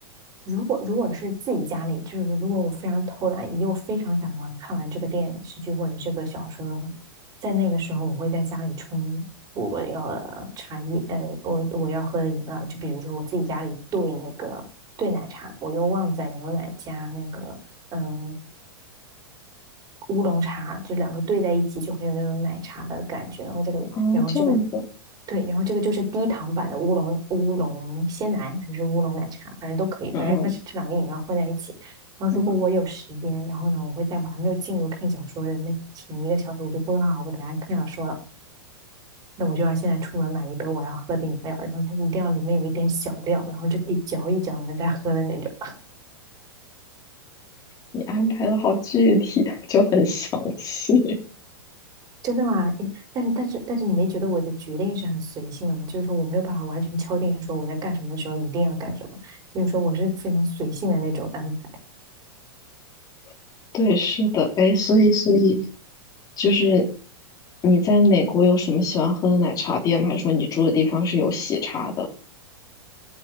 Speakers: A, on the right (about 30°); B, on the left (about 30°).
A: 如果如果是自己家里，就是如果我非常偷懒，又非常想玩，看完这个电视剧或者这个小说的话，在那个时候，我会在家里冲我要的茶叶，呃，我我要喝的饮料，就比如说我自己家里兑那个兑奶茶，我用旺仔牛奶加那个嗯、乌龙茶，就两个兑在一起，就很有那种奶茶的感觉。然后这个，
B: 哦，
A: 然后这个，
B: 这样子，
A: 对，然后这个就是低糖版的乌龙乌龙鲜奶还是乌龙奶茶，反正都可以，
B: 嗯嗯
A: 反正它是这两个饮料混在一起。然后如果我有时间，
B: 嗯，
A: 然后呢，我会在我还没有进入看小说的那前一个小时，我就规划好我等下看小说了。那我就要现在出门买一杯我要喝的饮料，然后它一定要里面有一点小料，然后就可以嚼一嚼呢再喝的那种。
B: 你安排的好具体，<laughs> 就很详细。
A: 真的吗？你，但是但是但是你没觉得我的决定是很随性的吗？就是说我没有办法完全敲定说我在干什么的时候一定要干什么，就是说我是非常随性的那种安排。
B: <laughs> 对，是的，哎，所以，所以就是你在美国有什么喜欢喝的奶茶店吗？还是说你住的地方是有喜茶的？